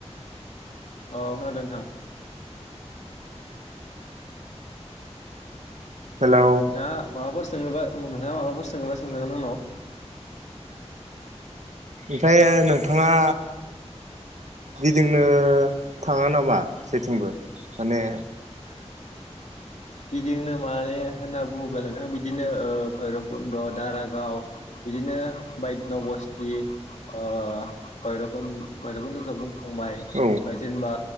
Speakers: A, on the left; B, on the right.
A: औ खोनादों नोंथां।
B: हेलौ
A: नोंथाङा माबाफोर सोङोबा नोंथाङा माबाफोर सोङोबा सोंजागोन आंनाव।
B: ओमफ्राय नोंथाङा गिदिंनो थाङा नामा जेथिंबो माने
A: <unintelligible> गिदिंनो माने होनना बुङोब्ला नोंथाङा बिदिनो ओ भैरब कुन्द' दारागाव बिदिनो बायद्य' नबस्थि ओ भैरब भैरबकुन्द जों बुं थांबाय
B: औ
A: ओ जेनेबा